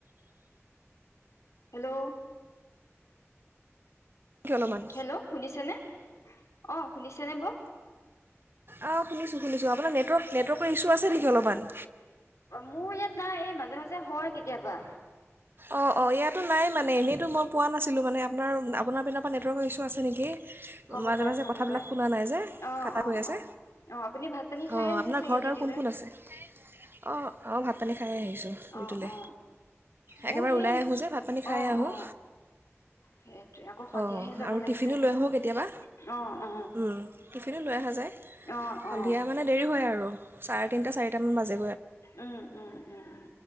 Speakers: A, on the left; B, on the right.
A: হেল্ল'
B: অলপমান
A: হেল্ল! শুনিছেনে? অ', শুনিছেনে বৌ?
B: অহ। শুনিছোঁ শুনিছোঁ। আপোনাৰ নেটৱৰ্ক নেটৱৰ্কৰ ইছ্যু আছে নেকি অলপমান?
A: মোৰ ইয়াত নাই এই মাজে মাজে হয় কেতিয়াবা।
B: অঁ অঁ। ইয়াতো নাই মানে। এনেতো মই পোৱা নাছিলোঁ মানে। আপোনাৰ আপোনাৰ পিনৰ পৰা নেটৱৰ্কৰ ইছ্যু আছে নেকি।
A: হ'ব
B: মাজে
A: পাৰে
B: মাজে
A: হ'ব
B: কথা-বিলাক
A: পাৰে
B: শুনা নাই যে।
A: অ
B: কতা
A: অ
B: গৈ আছে।
A: অ অ আপুনি ভাত পানী খাই
B: অ'
A: আহিছে
B: আপোনাৰ
A: চাগে
B: ঘৰত
A: ডিউটিলৈ
B: আৰু কোন কোন আছে? অ' অ' ভাত। পানী খাই আহিছোঁ
A: অ
B: এইটোলে।
A: অ মোৰ
B: একেবাৰে
A: সেই
B: ওলাই আহোঁ যে ভাত পানী খাই
A: অ
B: আহোঁ।
A: অ সেইটোৱে আকৌ সন্ধিয়াহে
B: অ',
A: যাব
B: আৰু
A: লাগে
B: টিফিনো
A: চাগে
B: লৈ আহোঁ কেতিয়াবা।
A: অ অ
B: উম, টিফিনো লৈ আহা যায়।
A: অ
B: সন্ধিয়া
A: অ
B: মানে দেৰি হয় আৰু চাৰে তিনিটা- চাৰিটামান বাজে।
A: উম-উম- উম